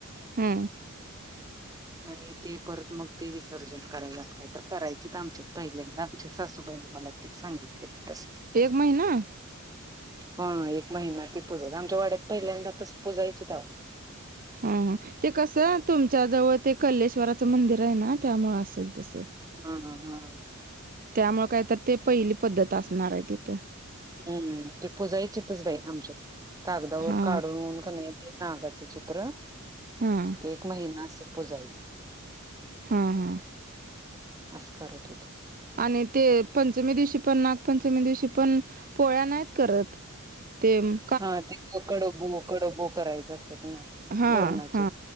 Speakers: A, on the right; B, on the right.
A: हा.
B: आणि ते परत मग ते विसर्जन करायलाच अस काय तर करायचेच आमच्यात पहिल्यांदा आमच्या सासूबाईनी मला तिथ सांगितलीत तस
A: एक महिना?
B: हा एक महिना ती पुजल - आमच्या वाड्यात पहिल्यांदा तसं पूजायचीत अवो
A: हा ह ते कसं तुमच्या जवळ ते कल्लेश्वराचं मंदिर आहे ना? त्यामुळं असल तसं.
B: हा - हा - हा.
A: त्यामुळं काय तर ते पहिली पद्धत असणार आहे तिथं.
B: हम्म ते पुजायचीतच बाई आमच्यात. कागदावर
A: हा
B: काढून का नाही ते नागाच चित्र
A: हां
B: एक महिना अस पुजायच.
A: हा -हा.
B: आस करत होतीत.
A: आणि ते पंचमी दिवशी पण नागपंचमी दिवशी पण पोळ्या नाहीत करत. ते म
B: हा ते कडबो कडबो करायचे असतात ना?
A: हा
B: पूर्णाचे
A: हा